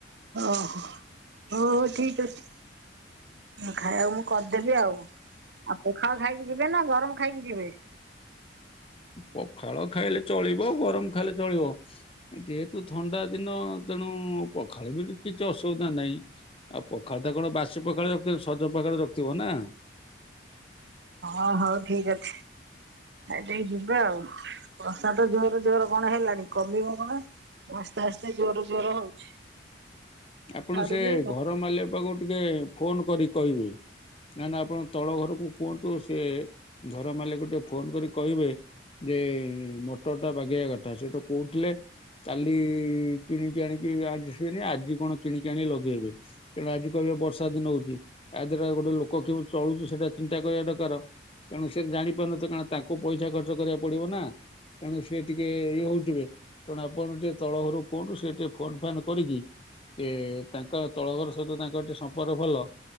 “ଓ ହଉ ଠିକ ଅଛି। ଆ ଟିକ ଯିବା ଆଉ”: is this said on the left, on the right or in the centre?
Right